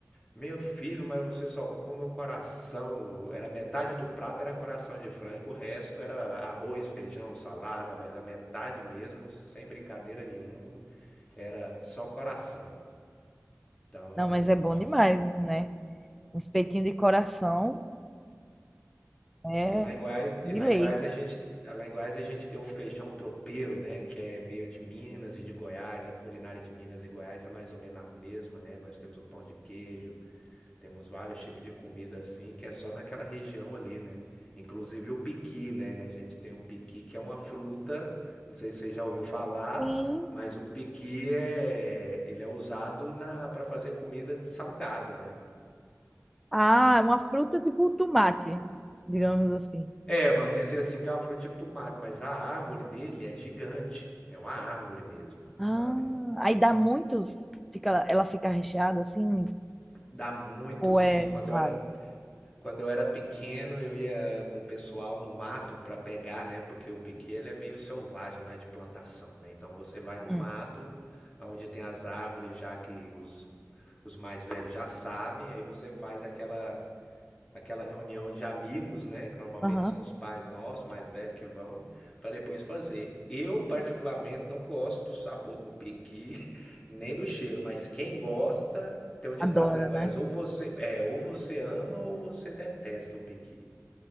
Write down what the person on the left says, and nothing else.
"Meu filho, mas você só come o coração". Era metade do prato era coração de frango, o resto era arroz, feijão, salada, mas a metade mesmo, sem brincadeira nenhuma, era só coração. Então,
nossa.
E lá em Goiás,
e lá
em Goiás a gente, lá em Goiás a gente tem o feijão tropeiro, né, que é meio de Minas e de Goiás, a culinária de Minas e Goiás é mais ou menos a mesma, né? Nós temos o pão de queijo, temos vários tipos de comida assim, que é só naquela região ali, né? Inclusive o piqui, né? A gente tem o piqui que é uma fruta, não sei se você já ouviu falar,
mas o piqui é, ele é usado na para fazer comida salgada, né?
É, vamos dizer assim que é uma fruta tipo tomate, mas a árvore dele é gigante, é uma árvore mesmo,
sabe.
Dá muitos
e quando
eu era quando eu era pequeno eu ia com o pessoal no mato para pegar, né, porque o piqui ele é meio selvagem, não é de plantação, né, então você vai no
mato, aonde tem as árvores já que os os mais velhos já sabem, aí você faz aquela aquela reunião de amigos, né? Que normalmente
são os pais nossos, mais velhos, que vão, para depois fazer. Eu, particularmente, não gosto do sabor do pequi, <laughs> nem do cheiro, mas quem gosta, tem um ditado
lá em Goiás,
ou você, é, ou você ama ou você detesta o pequi.